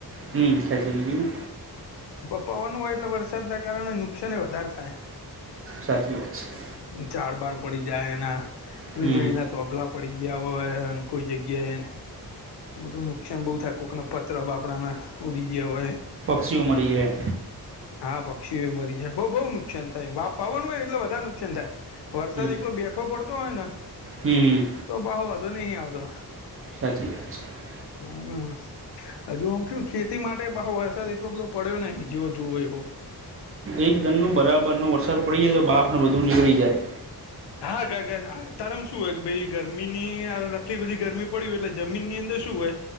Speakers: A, on the right; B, on the left.
A: હમ ખેંચાઈ ગિયું
B: પવન હોય એટલે વરસાદના કારણે નુકસાન એ વધારે થાય
A: સાચી વાત છે
B: ઝાડ બાર પડી જાય એના વીજળી
A: હમ
B: ના તોપલા પડી ગયા હોય કોઈ જગ્યા એ આ બધું નુકસાન બહુ થાય કોક ના પત્ર બાપડાના ઉડી ગયા હોય
A: પક્ષીઓ મરી જાય
B: હા પક્ષીઓ મરી જાય બ બહુ નુકસાન થાય પાવન હોય એટલે બધા નુકસાન થાય વરસાદ
A: હમ
B: એકલો બેઠવો પડતો હોય ને
A: હમ
B: તો બાહો વધો નહી આવતો
A: સાચી વાત છે
B: હમ હજુ આમ શું ખેતી માટે વરસાદ એટલો બધો પડ્યો ને જેવો જોવો એવો
A: એક ધનનો બરાબરનો વરસાદ પડી જાય તો બાફને વધુ નીકળી જાય
B: હા તારમ શું હોય કે ભાઈ ગરમીની આટલી બધી ગરમી પડી હોય એટલે જમીન ની અંદર શું હોય